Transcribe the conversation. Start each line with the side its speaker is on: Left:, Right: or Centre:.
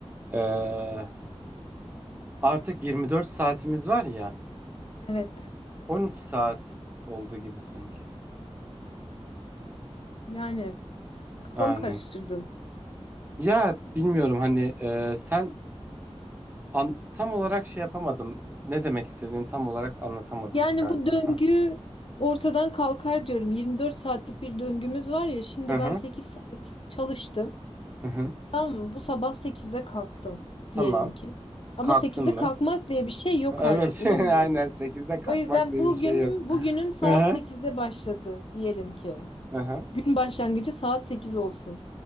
Right: Ee, artık 24 saatimiz var ya
Left: Evet.
Right: 12 saat oldu gibi sanki.
Left: Yani kafamı
Right: Aynen.
Left: karıştırdın.
Right: Ya bilmiyorum hani e, sen an- tam olarak şey yapamadım. Ne demek istediğini tam olarak anlatamadın
Left: Yani
Right: galiba.
Left: bu döngü
Right: Hah.
Left: ortadan kalkar diyorum. 24 saatlik bir döngümüz var ya. Şimdi
Right: Hı hı.
Left: ben 8 saat çalıştım.
Right: Hı hı.
Left: Tamam mı? bu sabah sekizde kalktım
Right: Tamam.
Left: diyelim ki. Ama
Right: Kalktın
Left: sekizde
Right: mı?
Left: kalkmak diye bir şey yok
Right: Evet.
Left: artık uyumuyoruz.
Right: <laughs> Aynen 8'de kalkmak
Left: O yüzden
Right: diye
Left: bugünüm
Right: bir şey yok.
Left: bugünüm saat
Right: Hı hı.
Left: sekizde başladı diyelim ki.
Right: Hı hı.
Left: Gün başlangıcı saat 8 olsun.